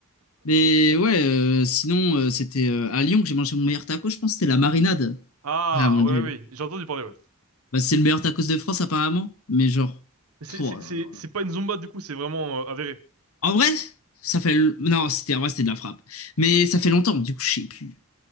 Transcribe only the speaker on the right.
Ah,
ouais,
ouais, ouais. j'ai entendu parler, ouais.
Mais C'est,
c'est,
c'est,
c'est
pas une Zumba, du coup, c'est vraiment euh, avéré.